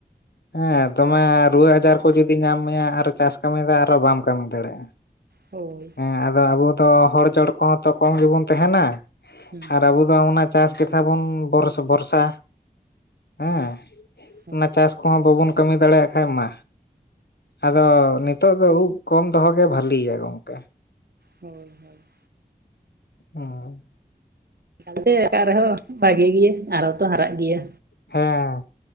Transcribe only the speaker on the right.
ᱦᱳᱭ
ᱦᱩᱸ
ᱦᱳᱭ
ᱦᱳᱭ ᱦᱳᱭ
<unintelligible> ᱨᱮᱦᱚᱸ ᱵᱷᱟᱜᱤ ᱜᱮᱭᱟ ᱟᱨᱚ ᱛᱚ ᱦᱟᱨᱟᱜ ᱜᱮᱭᱟ᱾